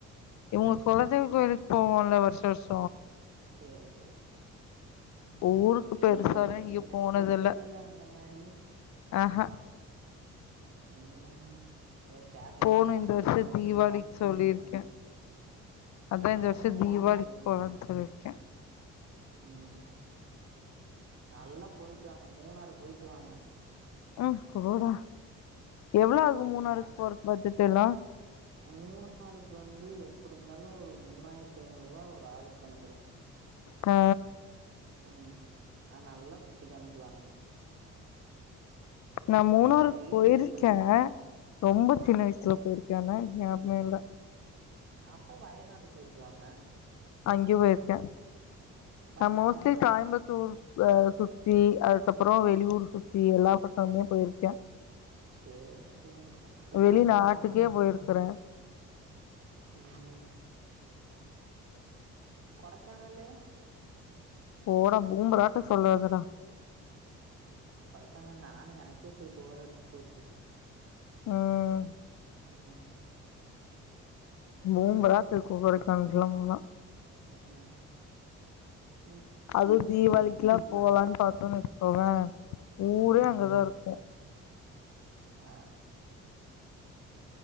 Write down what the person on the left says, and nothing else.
இவுங்க குலதெய்வ கோயிலுக்கு போவோல வருஷ வருஷ
ஊருக்கு
பெருசாலா
எங்கயு
போனதில்ல
ஆஹா
போணு
இந்த வருஷ
தீபாவளிக்கு
சொல்லியிருக்கே அதா
இந்த வருஷ
தீபாவளிக்கு
போலான்னு சொல்லியிருக்கே
ம் போடா எவ்ள ஆகு மூணாறுக் போறக் பட்ஜெட் எல்லா
ஓ
நா மூணாறுக்
போயிருக்கே
ரொம்ப சின்ன வயசுல போயிருக்கே ஆனா எனக்கு ஞாபமே இல்ல
அங்கி போயிருக்கே
நா மோஸ்ட்லி
கோயம்புத்தூர் சுத்தி அதுக்கப்புற வெளியூர் சுத்தி எல்லா பக்கமே போயிருக்கே
வெளிநாட்டுக்கே
போயிருக்கறே
போடா பூம்பராட்ட சொல்லாதடா
ம்
பூம்பராத்து இருக்கு கொடைக்கானலுக்குலா போனா
அதுவு தீவாளிக்கிலா போலான் பாத்தோனு வச்சுக்கோவே ஊரே
அங்கதா இருக்கு